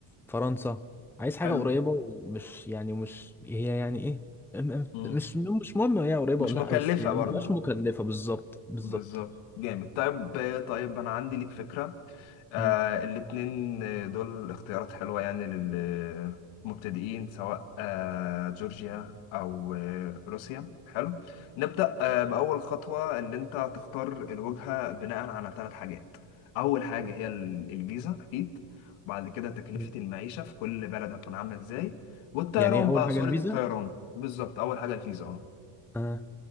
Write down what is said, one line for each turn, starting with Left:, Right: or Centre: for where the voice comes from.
Centre: فرنسا عايز حاجة
Left: حلو
Centre: قريبة ومش يعني مش هي يعني إيه م- م-
Left: مم.
Centre: مش مش مهم هي قريبة
Left: مش
Centre: ولا
Left: مكلفة
Centre: لأ بس يعني
Left: برضه
Centre: ما تبقاش مكلفة بالظبط بالظبط
Left: بالظبط جامد طيب طيب انا عندي ليك فكره آه
Centre: مم.
Left: الاتنين آه، دول اختيارات حلوه يعني للمبتدئين سواء آه جورجيا او آه روسيا حلو نبدا آه باول خطوه اللي انت هتختار الوجهه بناء على ثلاث حاجات اول حاجه هي ال- الفيزا اكيد وبعد كده تكلفه
Centre: مم.
Left: المعيشه في كل بلد هتكون عامله ازاي والطيران
Centre: يعني ايه اول
Left: بقى
Centre: حاجه
Left: سهوله
Centre: الفيزا
Left: الطيران بالظبط اول حاجه الفيزا اه
Centre: اه